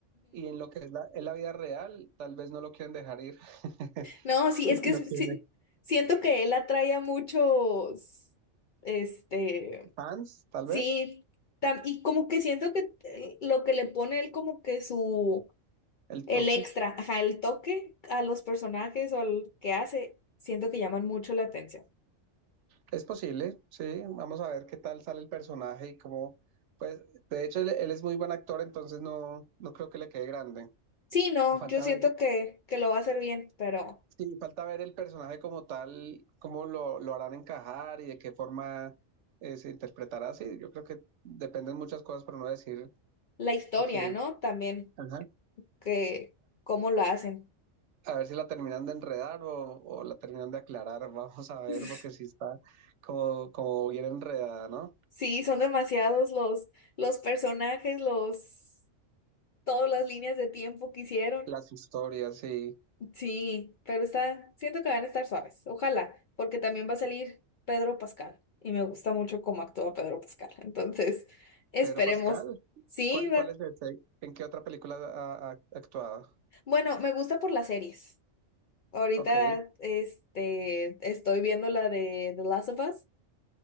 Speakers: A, on the right; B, on the left.
A: Y en lo que es la, en la vida real, tal vez no lo quieren dejar ir. <laughs>
B: No, sí,
A: no
B: es que es-
A: quieren
B: sí, siento que él atrae a muchos, este,
A: fans, tal
B: sí,
A: vez,
B: tam- y como que siento que eh, lo que le pone él como que su,
A: el
B: el
A: toque.
B: extra, ajá, el toque a los personajes o al que hace, siento que llaman mucho la atención.
A: Es posible, sí. Vamos a ver qué tal sale el personaje y cómo. Pues, de hecho, él, él es muy buen actor, entonces no, no creo que le quede grande.
B: Sí, no,
A: Falta
B: yo siento
A: ver,
B: que, que lo va a hacer bien, pero
A: sí, falta ver el personaje como tal, cómo lo, lo harán encajar y de qué forma eh, se interpretará. Sí, yo creo que dependen muchas cosas, pero no decir
B: la historia,
A: que.
B: ¿no? También,
A: Ajá,
B: que cómo lo hacen.
A: A ver si la terminan de enredar o, o la terminan de aclarar. <laughs> Vamos a ver,
B: <laughs>
A: porque sí está como, como bien enredada, ¿no?
B: Sí, son demasiados los, los personajes, los... todas las líneas de tiempo que hicieron.
A: Las historias, sí.
B: Sí, pero está, siento que van a estar suaves. Ojalá, porque también va a salir Pedro Pascal y me gusta mucho cómo actúa Pedro Pascal. Entonces, esperemos.
A: Pedro Pascal,
B: Sí,
A: ¿cuál,
B: va-
A: cuál es ese? ¿En qué otra película ha, ha actuado?
B: bueno, me gusta por las series. Ahorita,
A: Ok,
B: este, estoy viendo la de The Last of Us.